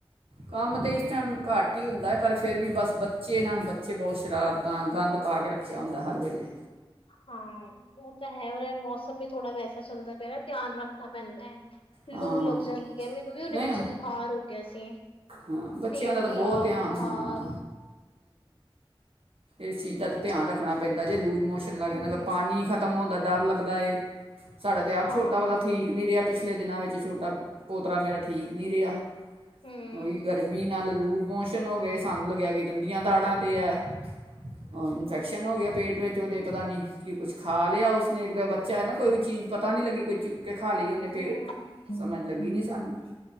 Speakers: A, on the right (about 75°); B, on the left (about 70°).
A: ਕੰਮ
B: ਹਮ
A: ਤੇ ਇਸ ਟਾਈਮ ਘੱਟ ਤਿੰਨ ਹੈ ਪਰ ਫਿਰ ਵੀ ਬਸ ਬੱਚੇ ਨਾ ਬੱਚੇ ਬਹੁਤ ਸ਼ਰਾਰਤਾਂ ਗੰਦ ਪਾ ਕੇ ਰੱਖਿਆ ਹੁੰਦਾ ਹਰ ਵੇਲੇ
B: ਹਾਂ ਉਹ ਤਾਂ ਹੈ ਉਹਨ ਮੌਸਮ ਵੀ ਥੋੜ੍ਹਾ ਵੈਸਾ ਚੱਲਦਾ ਪਿਆ ਨਾ ਧਿਆਨ ਰੱਖਣਾ ਪੈਂਦਾ ਹੈ
A: ਹਾਂ
B: ਲੂ ਲੱਗ ਜਾਂਦੀ ਹੈ ਮੈਨੂੰ ਵੀ ਉਹੇ
A: ਨਹੀਂ
B: ਪਿੱਛੇ
A: ਨਾ
B: ਬੁਖਾਰ ਹੋ ਗਿਆ ਸੀ
A: ਹਾਂ ਬੱਚਿਆਂ
B: ਪੇਟ
A: ਦਾ ਤਾਂ
B: ਖ਼ਰਾਬ
A: ਬਹੁਤ ਆ
B: ਬੁਖਾਰ
A: ਹਾਂ ਇਸ ਚੀਜ਼ ਦਾ ਤੇ ਧਿਆਨ ਰੱਖਣਾ ਪੈਂਦਾ ਜੇ ਲੂ ਮੋਸ਼ਨ ਲੱਗ
B: ਹਮ
A: ਜਾਂਦਾ ਪਾਣੀ ਖਤਮ ਹੁੰਦਾ ਡਰ ਲੱਗਦਾ ਏ ਸਾਡਾ ਤੇ ਆਪ
B: ਹਾਂ
A: ਛੋਟਾ ਵਾਲਾ ਠੀਕ ਨੀ ਰਿਹਾ ਪਿਛਲੇ ਦਿਨਾਂ ਵਿੱਚ ਛੋਟਾ ਪੋਤਰਾ ਮੇਰਾ ਠੀਕ ਨਹੀਂ ਰਿਹਾ
B: ਹਮ
A: ਉਹੀ ਗਰਮੀ ਨਾਲ ਲੂਜਮੋਸ਼ਨ ਹੋ ਗਏ ਸਾਨੂੰ ਲੱਗਿਆ ਕਿ ਦਦੀਆਂ ਤਾੜਾਂ ਤੇ ਹੈ ਉਹ ਇਨਫੈਕਸ਼ਨ ਹੋ ਗਿਆ ਪੇਟ ਵਿੱਚ ਉਹਦੇ ਪਤਾ ਨਹੀਂ ਕਿ ਕੁਛ ਖਾ ਲਿਆ ਉਸਨੇ ਇਕ ਤਾਂ ਬੱਚਾ ਹੈ ਨਾ ਕੋਈ ਵੀ ਚੀਜ਼ ਪਤਾ ਨਹੀਂ ਲੱਗੀ ਕੁਛ ਕੇ ਖਾ ਲਈ ਉਹਨੇ
B: ਹਮ
A: ਫਿਰ
B: ਹਮ
A: ਸਮਝ ਲੱਗੀ
B: ਹਮ
A: ਨਈ ਸਾਨੂੰ